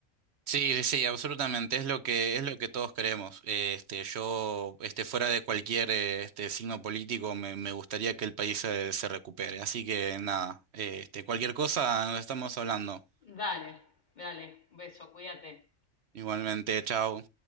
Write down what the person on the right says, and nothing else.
Sí, sí, sí, absolutamente. Es lo que es lo que todos creemos. Eh, Este, yo, este, fuera de cualquier eh, este signo político, me, me gustaría que el país se, se recupere. Así que nada, eh, este, cualquier cosa, nos estamos hablando.
Igualmente, chao.